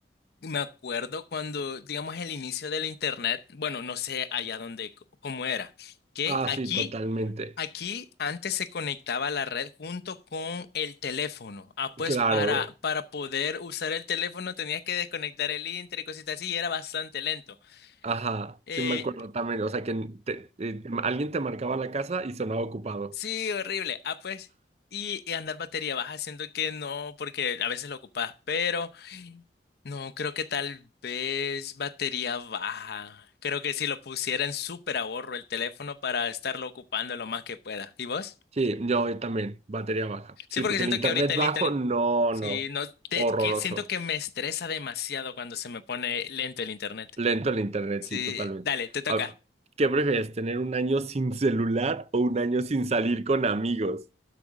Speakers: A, on the left; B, on the right.
A: Me acuerdo cuando, digamos, el inicio del internet, bueno, no sé allá dónde, c- cómo era, que
B: Ah,
A: aquí,
B: sí, totalmente.
A: aquí antes se conectaba la red junto con el teléfono. Ah, pues
B: Claro.
A: para, para poder usar el teléfono tenías que desconectar el inter y cositas así, y era bastante lento.
B: Ajá,
A: Eh,
B: sí me acuerdo también. O sea, que te- eh, alguien te marcaba la casa y sonaba ocupado.
A: sí, horrible. Ah, pues, y, y andar batería baja, siento que no, porque a veces lo ocupas, pero. No, creo que tal vez batería baja. Creo que si lo pusiera en súper ahorro el teléfono para estarlo ocupando lo más que pueda. ¿Y vos?
B: Sí, yo yo también, batería baja.
A: Sí,
B: Sí,
A: porque
B: porque
A: siento
B: el internet
A: que ahorita el
B: bajo,
A: internet...
B: no,
A: Sí,
B: no,
A: no, te-
B: horroroso.
A: que- siento que me estresa demasiado cuando se me pone lento el internet.
B: Lento el internet,
A: Sí,
B: sí, totalmente.
A: dale, te toca.
B: Ah, ¿Qué prefieres, tener un año sin celular o un año sin salir con amigos?